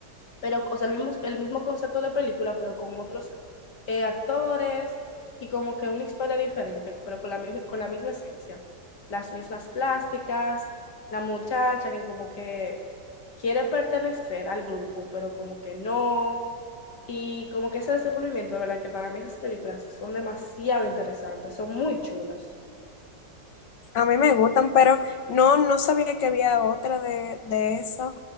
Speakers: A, on the left (about 70°); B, on the left (about 80°).
A: pero, o sea, el mismo, el mismo concepto de película, pero con otros eh, actores y como que una historia diferente, pero con la, mi- con la misma esencia. Las mismas plásticas, la muchacha que como que quiere pertenecer al grupo, pero como que no. Y como que ese desenvolvimiento, de verdad, que para mí esas películas son demasiado interesantes, son muy chulas.
B: A mí me gustan, pero no, no sabía que había otra de, de eso.